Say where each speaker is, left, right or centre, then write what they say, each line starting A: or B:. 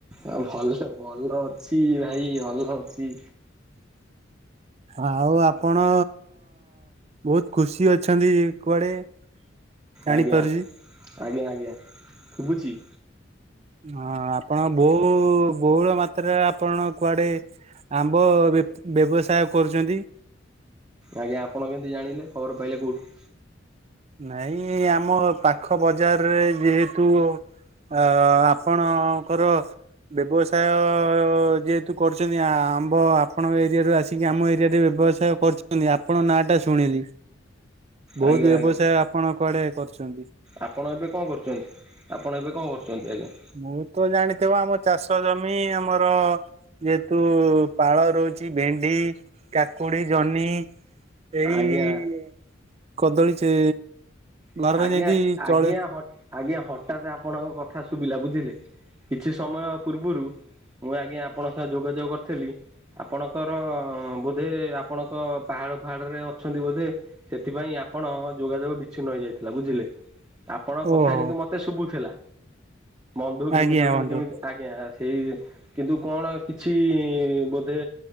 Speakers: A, on the right (about 15°); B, on the right (about 35°).
A: ଆଉ ଭଲ ଭଲ ଅଛି ଭାଇ ଭଲ ଅଛି।
B: ଆଉ ଆପଣ ବହୁତ୍ ଖୁସି ଅଛନ୍ତି କୁଆଡେ। ଜାଣିପାରୁଛି।
A: ଆଜ୍ଞା ଆଜ୍ଞା ଆଜ୍ଞା ଶୁବୁଚି।
B: ହଁ ଆପଣଙ୍କ ବୋଉ ବହୁଳ ମାତ୍ରାରେ ଆପଣ କୁଆଡେ ଆମ୍ବ ବ୍ୟ ବ୍ୟବସାୟ କରୁଚନ୍ତି?
A: ଆଜ୍ଞା ଆପଣ କେମିତି ଜାଣିଲ ଖବର ପାଇଲେ କୋଉଠୁ?
B: ନାଇଁ ଆମ ପାଖ ବଜାରରେ ଯେହେତୁ ଆ ଆପଣଙ୍କର ବ୍ୟବସାୟ ଯେହେତୁ କରୁଚନ୍ତି ଆମ୍ବ। ଆପଣଙ୍କ ଏରିଆରୁ ଆସିକି ଆମ ଏରିଆରେ ବ୍ୟବ ସାୟ କରୁଚନ୍ତି ଆପଣଙ୍କ ନାଁ ଟା ଶୁଣିଲି। ବହୁତ୍
A: ଆଜ୍ଞା
B: ବ୍ୟବସାୟ
A: ଆଜ୍ଞା
B: ଆପଣ କୁଆଡେ କରୁଚନ୍ତି।
A: ଆପଣ ଏବେ କଣ କରୁଚନ୍ତି? ଆପଣ ଏବେ କଣ କରୁଚନ୍ତି ଆଜ୍ଞା?
B: ମୁଁ ତ ଜାଣିଥିବ ଆମ ଚାଷ ଜମି ଆମର ଯେହେତୁ ପାଳ ରହୁଚି ଭେଣ୍ଡି, କାକୁଡି, ଜହ୍ନି ଏଇ
A: ଆଜ୍ଞା
B: କଦଳୀ ଚେ
A: ଆଜ୍ଞା
B: ଘରରେ ଯେମିତି
A: ଆଜ୍ଞା
B: ଚଳେ
A: ହ ଆଜ୍ଞା ହଠାତ୍ ଆପଣଙ୍କ କଥା ଶୁଭିଲା ବୁଝିଲେ। କିଛି ସମୟ ପୂର୍ବରୁ ମୁଁ ଆଜ୍ଞା ଆପଣଙ୍କ ସହ ଯୋଗାଯୋଗ କରିଥିଲି ଆପଣଙ୍କର ବୋଧେ ଆପଣଙ୍କ ପାହାଡ ଫାହାଡ ରେ ଅଛନ୍ତି ବୋଧେ। ସେଥିପାଇଁ ଆପଣ ଯୋଗାଯୋଗ ବିଚ୍ଛିନ୍ନ ହେଇ ଯାଇଥିଲା ବୁଝିଲେ। ଆପଣଙ୍କ
B: ଓହୋ
A: କଥା କିନ୍ତୁ ମତେ ଶୁବୁଥିଲା। ବନ୍ଧୁ କେମିତି
B: ଆଜ୍ଞା
A: ଅଛନ୍ତି
B: ବନ୍ଧୁ
A: କେମିତି ଆଜ୍ଞା। ସେଇ କିନ୍ତୁ କଣ କିଛି ବୋଧେ